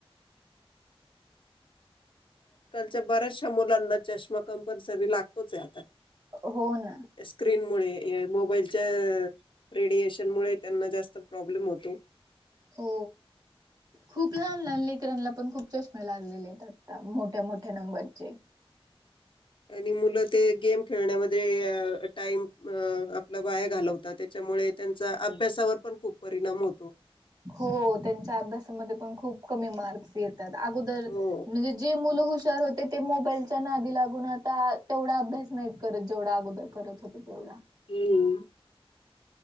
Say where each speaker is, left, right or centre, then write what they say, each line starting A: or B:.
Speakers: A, on the left; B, on the right.
A: बर्‍याचश्या मुलांना चष्मा कंपल्सरी लागतोचय आता
B: हो ना.
A: स्क्रीन मुळे मोबाईलच्या रेडीयशन मुळे त्यांना ज्यास्त प्रॉब्लेम होतो
B: हो खूप लहान लहान लेकरांना पण खूप चष्मे लागलेले आहेत त्याात मोठ्या मोठ्या नंबरचे
A: आणि मुलं ते गेम खेळण्यामध्ये टाइम आपला वाया घालवत त्याच्या मुळे त्यां अभ्यासावर पण खूप परिणाम होतो.
B: हो त्यांच्या अभ्यासामध्ये पण खूप कमी मार्क्स येत अगोदर
A: हो
B: म्हणजे जे मुल र होते ते मोबाईलच्या नादी लागून आता तेवढा अभ्यास नाहीत करत जेवढा अगोदर करत होते तेवढा
A: हम्म